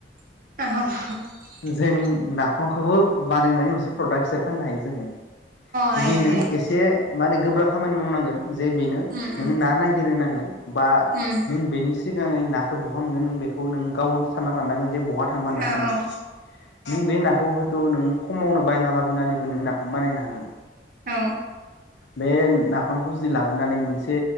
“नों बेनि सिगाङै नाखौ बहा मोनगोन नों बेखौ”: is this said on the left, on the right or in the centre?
Left